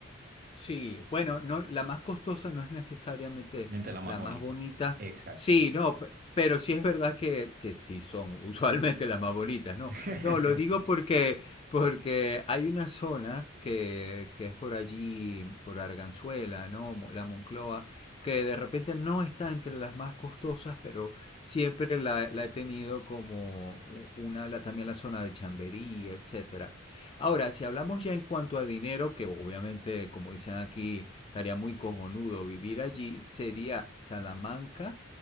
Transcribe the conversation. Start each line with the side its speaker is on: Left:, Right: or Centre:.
Left: Sí, bueno, no, la más costosa no es necesariamente
Right: Miente la más
Left: la
Right: bonita.
Left: más bonita.
Right: Exacto.
Left: Sí, no, pe- pero sí es verdad que, que sí son <laughs> usualmente las más bonitas, ¿no?
Right: <laughs>
Left: No, lo digo porque, porque hay una zona que, que es por allí, por Arganzuela, ¿no? Mo- La Moncloa, que de repente no está entre las más costosas, pero siempre la, la he tenido como u- una, la, también la zona de Chamberí, etcétera. Ahora, si hablamos ya en cuanto a dinero, que obviamente, como dicen aquí, estaría muy cojonudo vivir allí, sería Salamanca,